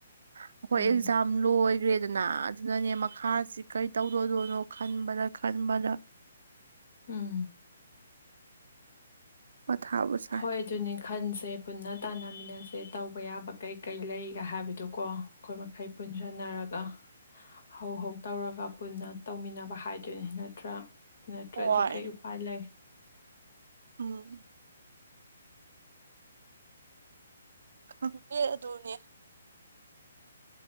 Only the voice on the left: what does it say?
ꯎꯝ
ꯎꯝ
ꯍꯣꯏ ꯑꯗꯨꯅꯤ ꯈꯟꯁꯦ ꯄꯨꯟꯅ ꯇꯥꯟꯅꯃꯤꯟꯅꯁꯦ ꯇꯧ ꯇꯧꯕ ꯌꯥꯕꯥ ꯀꯩꯀꯩ ꯂꯩ ꯍꯥꯏꯕꯗꯣꯀꯣ ꯑꯩꯈꯣꯏ ꯃꯈꯩ ꯄꯨꯟꯁꯤꯟꯅꯔꯒ ꯍꯧ ꯍꯧ ꯇꯧꯔꯒ ꯄꯨꯟꯅ ꯇꯧꯃꯤꯟꯅꯕ ꯍꯥꯏꯗꯨꯅꯤ ꯅꯠꯇ꯭ꯔꯥ ꯅꯠꯇ꯭ꯔꯗꯤ
ꯀꯩ ꯎꯄꯥꯏ ꯂꯩ